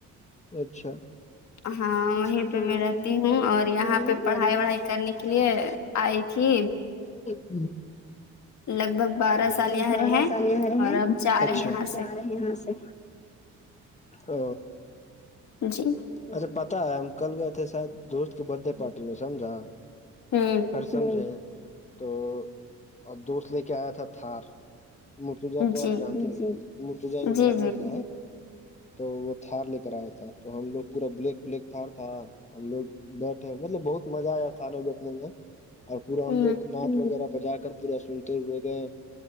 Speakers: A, on the left; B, on the left.
A: اچھا
B: ہاں وہیں
A: ہاں
B: پہ میں رہتی
A: یہیں
B: ہوں
A: پہ میں
B: اور
A: رہتی
B: یہاں
A: ہوں
B: پہ پڑھائی
A: اور یہاں
B: وڑھائی
A: پہ
B: کرنے
A: پڑھائی
B: کے
A: وڑھائی
B: لیے آئی تھی
A: ہ لگ
B: لگ بھگ بارہ سال
A: بھگ
B: یہاں
A: بارہ
B: رہے
A: سال یہر میں
B: اور اب جا
A: اچھا
B: رہے یہاں سے
A: یہاں سے ا
B: جی
A: اچھا پتا ہے ہم کل گئے تھے شاید دوست کے برتھ ڈے پارٹی میں سمجھا
B: ہوں
A: سمجھے تو اور دوست لے کے آیا تھا تھار مرتوجا کو
B: جی
A: آپ جانتے مرتوجا کو
B: جی
A: میرا دوست
B: جی
A: تو وہ تھار لے کر آیا تھا تو ہم لوگ پورا بلیک پلیک تھار تھا ہم لوگ بیٹھے مطلب بہت مزہ آیا تھار میں بییھنے میں اور پورا
B: ہوں
A: ہم لوگ ناچ وغیرہ بجا کر پورا سنتے ہوئے گئے